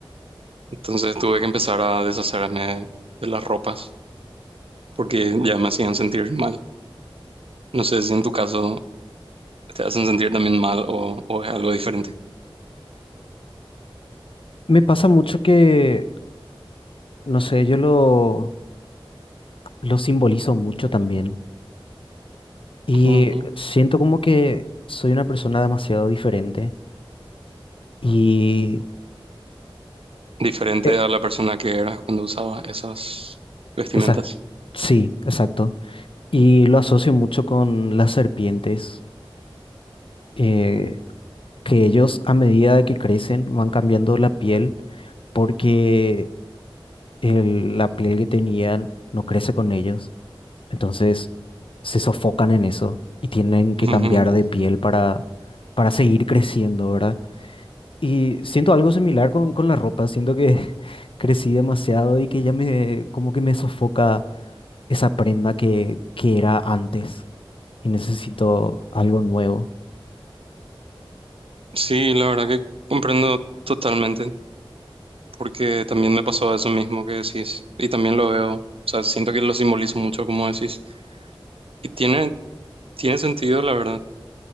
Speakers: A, on the right; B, on the left.
A: Entonces tuve que empezar a deshacerme de las ropas porque ya me hacían sentir mal. No sé si en tu caso te hacen sentir también mal o, o es algo diferente.
B: Me pasa mucho que No sé, yo lo, lo simbolizo mucho también. Y
A: Ujú.
B: siento como que soy una persona demasiado diferente. Y...
A: Diferente
B: eh,
A: a la persona que eras cuando usabas esas vestimentas.
B: esa- sí, exacto. Y lo asocio mucho con las serpientes, eh, que ellos a medida de que crecen van cambiando la piel porque el- la piel que tenían no crece con ellos. Entonces se sofocan en eso y tienen que
A: Ujú.
B: cambiar de piel para, para seguir creciendo, ¿verdad? Y siento algo similar con, con la ropa, siento que <laughs> crecí demasiado y que ya me, como que me sofoca esa prenda que, que era antes y necesito algo nuevo.
A: Sí, la verdad que comprendo totalmente, porque también me pasó eso mismo que decís, y también lo veo, o sea, siento que lo simbolizo mucho como decís. Y tiene, tiene sentido, la verdad.